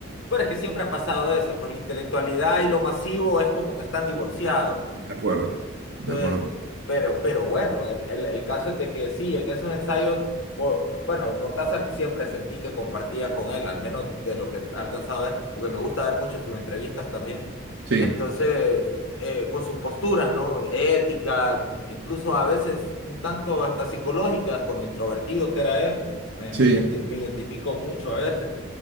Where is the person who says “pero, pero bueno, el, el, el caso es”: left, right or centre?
Left